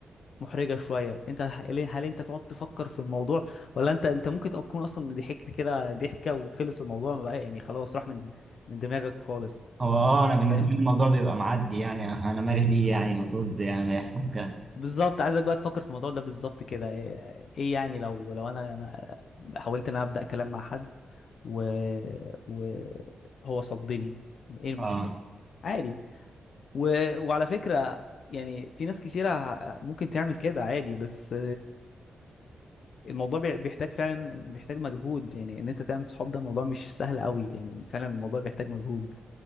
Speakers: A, on the left; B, on the right.
A: محرجه شويه انت هل هل انت تقعد تفكر في الموضوع ولا انت انت ممكن تكون اصلا ضحكت كده ضحكه وخلص الموضوع ما بقى يعني خلاص راح من من دماغك خالص
B: هو أه أنا بالنسبة
A: انت فاهم
B: لي الموضوع بيبقى معدي يعني أنا أنا مالي بيه يعني ما طز يعني ما يحصل كده
A: بالظبط عايزك بقى تفكر في الموضوع ده بالظبط كده ايه ايه يعني لو لو انا ما- حاولت ان انا ابدا كلام مع حد و وهو صدني ايه المشكله
B: اه
A: عادي و... وعلى فكره يعني في ناس كثيره ممكن تعمل كده عادي بس الموضوع بي- بيحتاج فعلا بيحتاج مجهود يعني ان انت تعمل صحاب ده موضوع مش سهل قوي يعني فعلا الموضوع بيحتاج مجهود